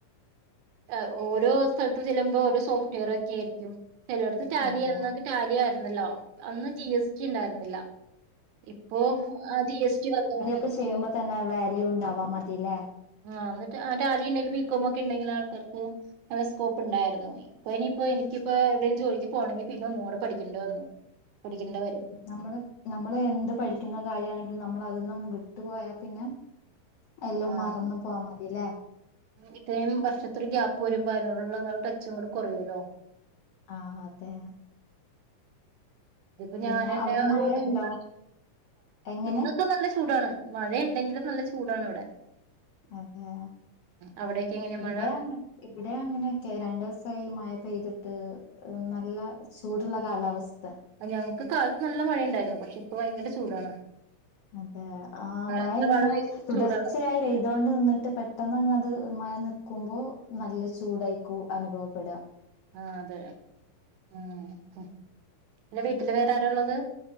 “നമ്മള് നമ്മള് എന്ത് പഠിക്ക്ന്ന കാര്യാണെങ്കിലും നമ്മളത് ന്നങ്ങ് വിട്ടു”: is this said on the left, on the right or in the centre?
Left